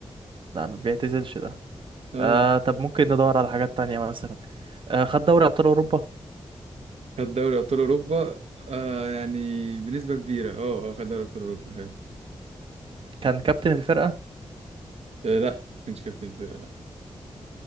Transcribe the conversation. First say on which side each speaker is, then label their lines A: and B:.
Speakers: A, on the right (about 55°); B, on the right (about 80°).
A: لا ما بيعتزلش ده
B: أه
A: آه طب ممكن ندور على حاجات تانية مثلا آه، خد دوري ابطال اوروبا
B: خد دوري أبطال أوروبا آه يعني بنسبة كبيرة أه أه خد دوري أبطال أوروبا حاجة
A: كان كابتن الفرقه
B: آه لا ما كانش كابتن الفرقة لا